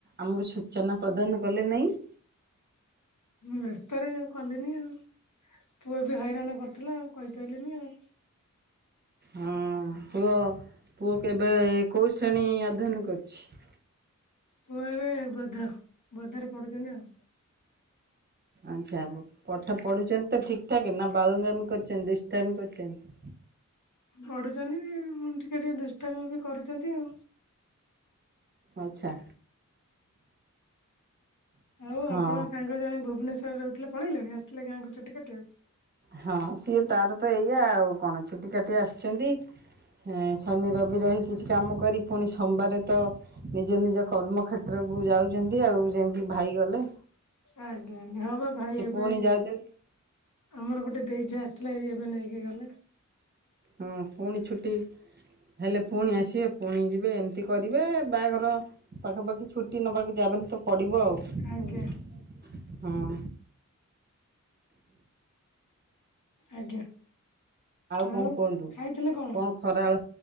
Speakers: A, on the right; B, on the left.
A: ଆମକୁ ସୂଚନା ପ୍ରଦାନ କଲେ ନାହିଁ।
B: ବ୍ୟସ୍ତରେ ଆଉ କଲେନି ଆଉ ପୁଅ ବି ହଇରାଣ କରୁଥିଲା ଆଉ କହିପାରିଲିନି ଆଉ।
A: ହଁ ପୁଅ ପୁଅ କେବେ କୋଉ ଶ୍ରେଣୀ ଅଧ୍ୟୟନ କରୁଛି।
B: ପୁଅ ଏବେ ବୋଧ ବୋଧରେ ପଡୁଛନ୍ତି ଆଉ।
A: ଆଚ୍ଛା ପଠ ପଢୁଛନ୍ତି ତ ଠିକ ଠାକ ନା ବାଳୁଙ୍ଗାମି ବି କରୁଛନ୍ତି ଦୁଷ୍ଠାମି ବି କରୁଛନ୍ତି।
B: ପଢୁଛନ୍ତି ଟିକେ ଟିକେ ଦୁଷ୍ଟାମି ବି କରୁଛନ୍ତି ଆଉ।
A: ଆଚ୍ଛା।
B: ଆଉ
A: ହଁ
B: ଆପଣ ସାଙ୍ଗ ଜଣେ ଭୁବନେଶ୍ୱରରେ ରହୁଥିଲେ ପଳେଇଲେଣି ଆସିଥିଲେ ଗାଁକୁ ଛୁଟି କାଟିବାକୁ ଆଉ
A: ହଁ ସିଏ ତାର ତ ଏଇଆ ଆଉ କଣ ଛୁଟି କାଟି ଆସିଛନ୍ତି ହେଁ ଶନି ରବି ରହି କିଛି କାମ କରି ପୁଣି ସୋମବାର ତ ନିଜ ନିଜ କର୍ମ କ୍ଷେତ୍ରକୁ ଯାଉଛନ୍ତି ଆଉ ଯେମିତି ଭାଇ ଗଲେ
B: ଆଜ୍ଞା ହଁ ପା ଭାଇ
A: ସେ
B: ଏବେ
A: ପୁଣି ଯାଉଛନ୍ତି
B: ଆମର ଗୋଟେ ଦେଇ ଯାଆ ଆସିଥିଲା ଏଇ ଏବେ ନେଇକି ଗଲା
A: ହଁ ପୁଣି ଛୁଟି ହେଲେ ପୁଣି ଆସିବେ ପୁଣି ଯିବେ ଏମିତି କରିବେ ବାହାଘର ପାଖାପାଖି ଛୁଟି ନେବାକୁ ଯାଏ ବଲେ ତ ପଡ଼ିବ ଆଉ
B: ଆଜ୍ଞା
A: ହଁ
B: ଆଜ୍ଞା
A: କଣ
B: ଆଉ
A: କୁହନ୍ତୁ
B: ଖାଇଥିଲେ କଣ
A: ଖରାବେଳ